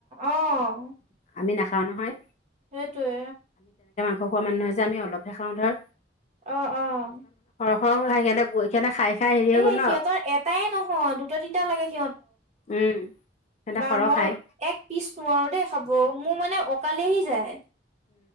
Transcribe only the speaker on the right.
অ',
সেইটোৱে
আহ আহ
এ
সিহঁতৰ এটাই নহয় দুটা তিনিটা লাগাইছে
বা
মই
এক পিচ নোৱাৰো দেই খাব মোৰ মানে অকালেহি যায়